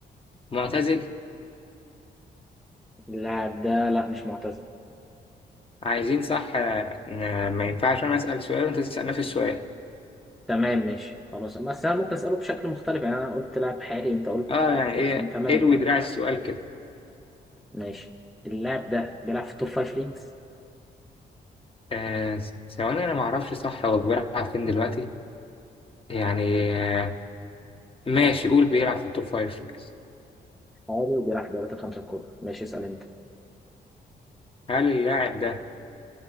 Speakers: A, on the left; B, in the centre.
A: معتزل؟
B: اللاعب ده لا مش معتزل
A: عايزين صح آه ن- ما ينفعش انا اسال سؤال وانت تسال نفس السؤال
B: تمام ماشي خلاص بس انا ممكن اسأله بشكل مختلف يعني انا قلت لاعب حالي انت قلت
A: اه يعني ايه
B: تمام
A: ايه اللي
B: تمام
A: دراع السؤال كده
B: ماشي اللاعب ده بيلعب في التوب فايف ليجز
A: آه ثواني انا ما اعرفش صح هو بيلعب فين دلوقتي يعني آه، ماشي قول بيلعب في التوب فايف ليجز
B: حالي وبيلعب في الدوريات الخمسة الكبرى ماشي اسأل انت
A: هل اللاعب ده